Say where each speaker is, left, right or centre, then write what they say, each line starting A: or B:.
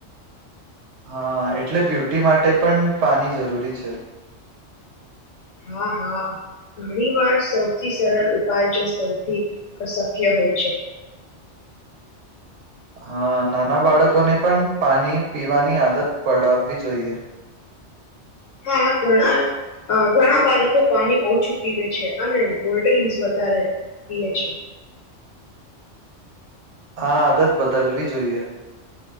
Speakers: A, on the right; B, on the left.
A: હા એટલે બ્યુટી માટે પણ પાણી જરૂરી છે
B: હા હા ઘણી વાર સૌથી સરળ ઉપાય જો સૌથી શક્ય હોય છે
A: હા નાના બાળકોને પણ પાણી પીવાની આદત પડાવવી જોઈએ
B: હા ઘણા ઘણા બાળકો પાણી ઓછું પીવે છે અને ગલ્ડ ડ્રિન્કસ વધારે પીવે છે
A: હા આદત બદલવી જોઈએ